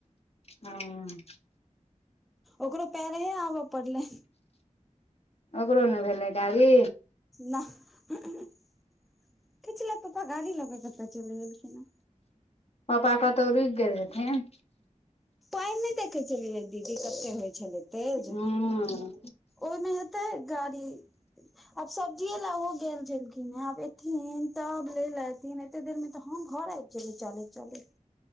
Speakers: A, on the left; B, in the centre.
A: अहाँ
B: ओकरो पैरे हे आबऽ पड़लै
A: ओकरो ने भेलै गाड़ी
B: नह <inaudible> किछ लय पप्पा गाड़ी लऽ कऽ कतऽ चलि गेलखिन ने
A: पापा कतहु रुकि गेल हेथिन
B: पानि नहि देखै छलियै दीदी कते होइ छलै तेज
A: हूं
B: ओह नै एतै गाड़ी अब सब जिए ला ओहो गेल छलखिन हे आब एथिन तब लै लय ऐथिन एते देर मे तऽ हम घर आ <inaudible> गेलियै चलैत चलैत